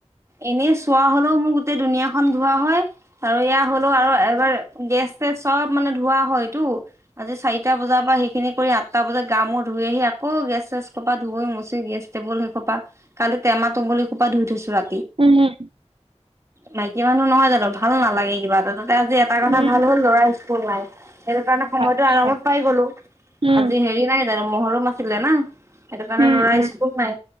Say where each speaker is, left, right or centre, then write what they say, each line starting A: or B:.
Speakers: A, on the right; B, on the right.
A: এনেই চোৱা হলো মোৰ গোটেই দুুনীয়া খন ধোৱা হয়। আৰু ইয়াৰ হ'লেও আৰু এবাৰ- গেছ-চেছ চব মানে ধোৱা হয় টো আজি চাৰিটা বজাৰ পৰা সেইখিনি কৰি আঠটা বজাত গা, মুৰ ধূই ধুই আহি আকৌ গেছ-চেছ সোপা ধুই মুচি গেছ টেবুল সেই সোপা কালি টেমা-টুমোলী সোপা ধুই থৈছো ৰা
B: উম' হম'
A: মাইকী মানুহ নহয় জানো ভাল নালাগে কিবা এ' তা'তে আজি এটা কথা
B: উম
A: ভাল হ'ল লৰা স্কুল নাই সেইটো কাৰণে সময়তো
B: আচ্ছা
A: আৰামত পাই গলো।
B: উম,
A: আজি হেৰি নাই মহৰম আছিলে না সেইটো কাৰণে
B: উম,
A: ল'ৰা
B: উম,
A: স্কুল নাই